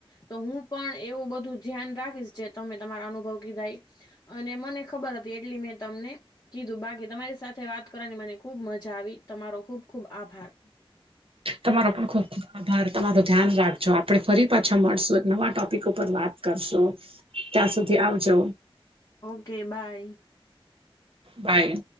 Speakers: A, on the left (about 35°); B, on the right (about 65°).
A: તો હું પણ એવું બધું ધ્યાન રાખીશ જે તમે તમારા અનુભવ કીધા ઇ અને મને ખબર હતી એટલી મેં તમને કીધું, બાકી તમારી સાથે વાત કરવાની મને ખુબ મજા આવી, તમારો ખુબ ખુબ આભાર.
B: તમારો પણ ખુબખુબ આભાર તમારો ધ્યાન રાખજો. આપડે ફરી પાછા મળશું, એક નવા ટોપિક ઉપર વાત કરશું ત્યાં સુધી આવજો
A: ઓકે બાય.
B: બાય.